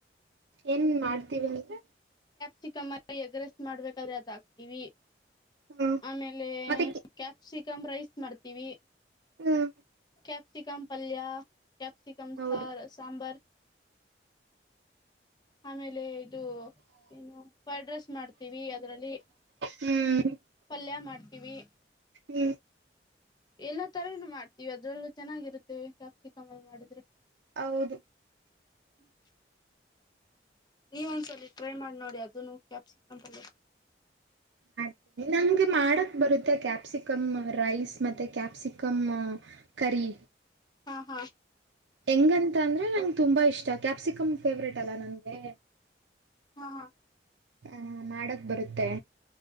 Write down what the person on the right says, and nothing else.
ಏನ್ ಮಾಡ್ತೀವಿ ಅಂದ್ರೆ
ಹ್ಮ
ಮತ್ತೆ
ಹ್ಮ್
ಹೌದು
ಹ್ಮ್
ಹ್ಮ್
ಹೌದು
ಮಾಡ್ತೀನಿ ನನ್ಗೆ ಮಾಡ ಬರುತ್ತೆ ಕ್ಯಾಪ್ಸಿಕಮ್ ರೈಸ್ ಮತ್ತೆ ಕ್ಯಾಪ್ಸಿಕಮ್ ಕರಿ
ಹೆಂಗಂತ ಅಂದ್ರೆ ನಂಗೆ ತುಂಬಾ ಇಷ್ಟ ಕ್ಯಾಪ್ಸಿಕಮ್ ಫೇವ್ರೇಟ್ ಅಲ್ಲಾ ನಂಗೆ
ಹ ಮಾಡಕ್ ಬರುತ್ತೆ